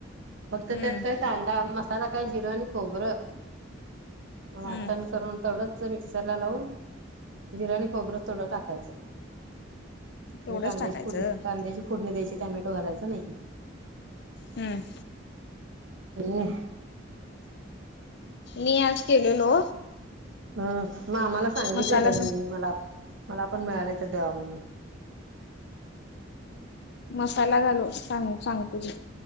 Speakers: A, on the right; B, on the left.
A: फक्त
B: हम्म
A: त्यात काय कांदा मसाला काय जिरं आणि खोबरं वाटण
B: हम्म
A: करून तेवढंच मिक्सर ला लावून, जिरा आणि खोबरं चं तेवढं टाकायचं.
B: तेवढंच
A: आणि कांद्याची
B: टाकायचं
A: फोडणी कांद्याची फोडणी द्यायची, टोमॅटो घालायच नाही.
B: हम्म.
A: हो.
B: मी आज केलेलो.
A: हम्म म आम्हाला सांगितलेलं
B: मसाला
A: मी मला मला पण मिळाले तर देवा म्हणून.
B: मसाला घालो सांग सांग तुझी